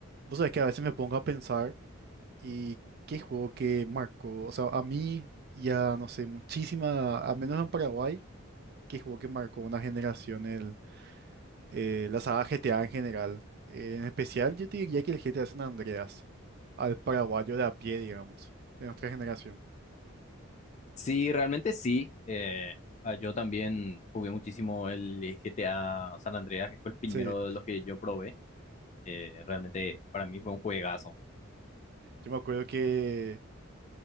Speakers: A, on the right; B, on the left.
A: Vos sabés que a veces me pongo a pensar y qué juego que marcó, o sea, a mí ya no sé, muchísima, al menos en Paraguay, qué juego que marcó una generación, el, eh, la saga GTA en general. Eh, en especial yo te diría que el GTA San Andreas, al paraguayo de a pie, digamos, de nuestra generación.
B: Sí, realmente sí. Eh, ah, yo también jugué muchísimo el GTA San Andreas, que fue el primero
A: Sí,
B: de los que yo probé. Eh, realmente para mí fue un juegazo.
A: yo me acuerdo que